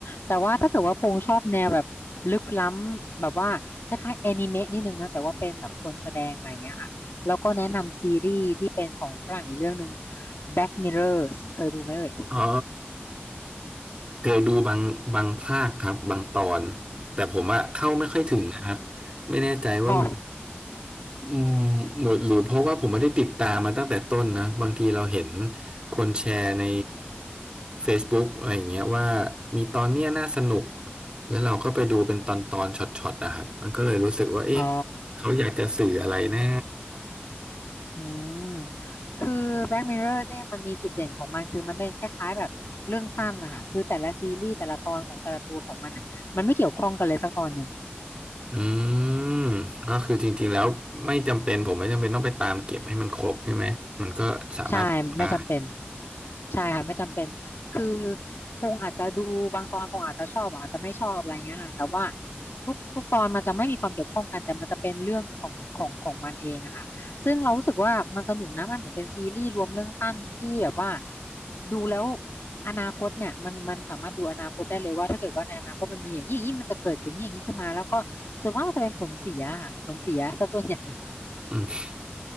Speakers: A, on the left; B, on the right.
A: แต่ว่าถ้าเกิดว่าพงษ์ชอบแนวแบบลึกล้ำแบบว่าคล้ายๆแอนิเมะนิดนึงนะแต่ว่าเป็นแบบคนแสดงอะไรเงี้ยค่ะแล้วก็แนะนำซีรีส์ที่เป็นของฝรั่งอีกเรื่องหนึ่ง Black Mirrors เคยดูไหมเอ่ย
B: อ๋อเคยดูบางบางภาคครับบางตอนแต่ผมอะเข้าไม่ค่อยถึงนะครับไม่แน่ใจว่ามัน
A: อ๋อ
B: อืมหมดหรือเพราะว่าผมไม่ได้ติดตามมาตั้งแต่ต้นนะบางทีเราเห็นคนแชร์ใน Facebook อะไรอย่างเงี้ยว่ามีตอนเนี้ยน่าสนุกแล้วเราก็ไปดูเป็นตอนตอนช็อตๆนะครับมันก็เลยรู้สึกว่าเอ๊ะ
A: อ๋อ
B: เขาอยากจะสื่ออะไรนะ
A: อืมคือ Black Mirror เนี่ยมันมีจุดเด่นของมันคือมันเป็นคล้ายๆแบบเรื่องสั้นนะคะคือแต่ละซีรีส์แต่ละตอนของแต่ละตัวของมันอ่ะมันไม่เกี่ยวข้องกันเลยสักตอนหนึ่ง
B: อืมก็คือจริงๆแล้วไม่จำเป็นผมไม่จำเป็นต้องไปตามเก็บให้มันครบใช่ไหมมันก็สามารถได้
A: ใช่ไม่จำเป็น ใช่ค่ะไม่จำเป็นคือพงอาจจะดูบางตอนพงอาจจะชอบอาจจะไม่ชอบอะไรเงี้ยค่ะแต่ว่าทุกทุกตอนมันจะไม่มีความเกี่ยวข้องกันแต่มันจะเป็นเรื่องของของของมันเองอะค่ะซึ่งเรารู้สึกว่ามันสนุกนะมันเหมือนเป็นซีรีส์รวมเรื่องสั้นที่แบบว่าดูแล้วอนาคตเนี่ยมันมันสามารถดูอนาคตได้เลยว่าถ้าเกิดว่าในอนาคตมันมีอย่างนี้อย่างนี้มันจะเกิดอย่างนี้อย่างนี้ขึ้นมาแล้วก็ส่วนมากมันจะเป็นผลเสียค่ะผลเสียซะส่วนใหญ่
B: อืม